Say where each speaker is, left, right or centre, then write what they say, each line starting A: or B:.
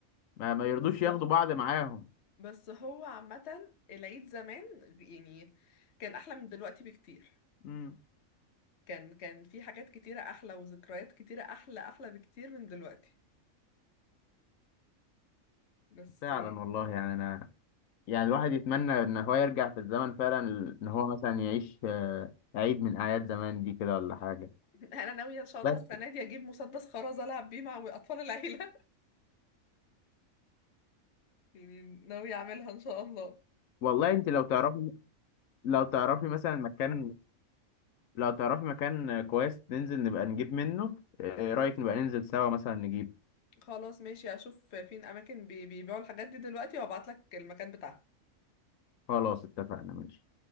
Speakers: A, on the left (about 75°); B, on the left (about 55°).
A: ما, ما يرضوش
B: بس
A: ياخدوا
B: هو
A: بعض معاهم
B: بس هو عامة العيد زمان يعني كان أحلى من دلوقتي بكتير
A: امم
B: كان كان في حاجات كتيرة أحلى وذكريات كتيرة أحلى أحلى بكتير من دلوقتي بس
A: فعلا
B: <laughs>
A: والله يعني أنا يعني الواحد يتمنى ان هو يرجع في الزمن فعلا ان هو مثلا يعيش آه، عيد من اعياد زمان دي كده ولا حاجه
B: أنا ناوية إن شاء الله
A: بس
B: السنة دي أجيب مسدس خرز ألعب بيه مع أطفال العيلة <laughs> يعني ناوية أعملها إن شاء الله
A: والله انت لو تعرفي لو تعرفي مثلا مكان لو تعرفي مكان كويس ننزل نبقى نجيب منه آه، ايه رايك نبقى ننزل سوا مثلا نجيب
B: خلاص ماشي هشوف فين أماكن بي- بيبيعوا الحاجات دي دلوقتي وأبعتلك المكان بتاعها
A: خلاص اتفقنا ماشي